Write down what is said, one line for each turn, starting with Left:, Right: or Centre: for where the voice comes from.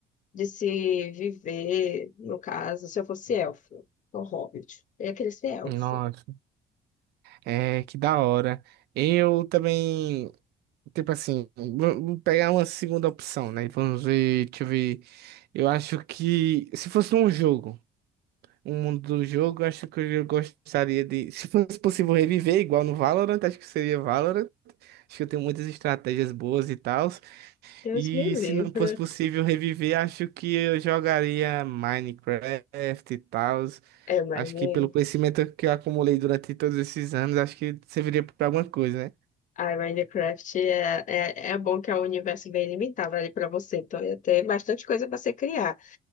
Left: de se viver, no caso, se eu fosse elfo, ou hobbit, eu ia querer ser elfo.
Right: Nossa, é que da hora. Eu também Tipo assim, vamos pegar uma segunda opção, né? Vamos ver, deixa eu ver. Eu acho que se fosse um jogo, um mundo do jogo, eu acho que eu gostaria de. Se fosse possível reviver, igual no Valorant, acho que seria Valorant. Acho que eu tenho muitas estratégias boas e tal.
Left: Deus
Right: E
Left: me livre.
Right: se não fosse possível reviver, acho que eu jogaria Minecraft e tal.
Left: É, mas...
Right: Acho
Left: né,
Right: que pelo conhecimento que eu acumulei durante todos esses anos, acho que serviria para alguma coisa, né?
Left: Ai, Minecraft é, é, é bom que é um universo bem limitado ali para você, então ia ter bastante coisa para você criar.